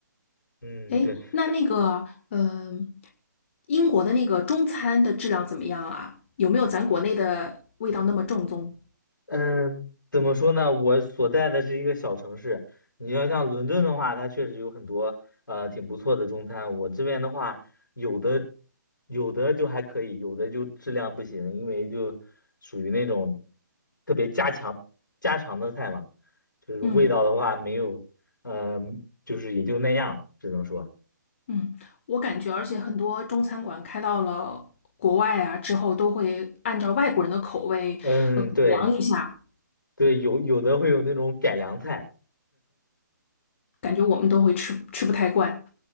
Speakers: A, on the left; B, on the left.
A: 嗯，
B: 哎，
A: 对。
B: 那那个，嗯、英国的那个中餐的质量怎么样啊？有没有咱国内的味道那么正宗？
A: 嗯，怎么说呢？我所在的是一个小城市，你要像伦敦的话，它确实有很多呃挺不错的中餐。我这边的话，有的有的就还可以，有的就质量不行，因为就属于那种特别家常家常的菜嘛，就是味道的话没有，
B: 嗯
A: 嗯、就是也就那样，只能说，
B: 嗯，我感觉，而且很多中餐馆开到了国外啊之后，都会按照外国人的口味呃改良一下。
A: 嗯，对对，有有的会有那种改良菜。
B: 感觉我们都会吃吃不太惯。